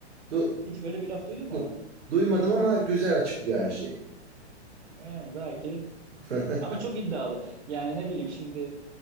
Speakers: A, on the right; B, on the right.
A: Du
B: Hiç böyle bir laf duydun mu
A: yok,
B: abi?
A: duymadım ama güzel açıklıyor her şeyi.
B: Yani belki
A: <laughs>
B: ama çok iddialı. Yani ne bileyim şimdi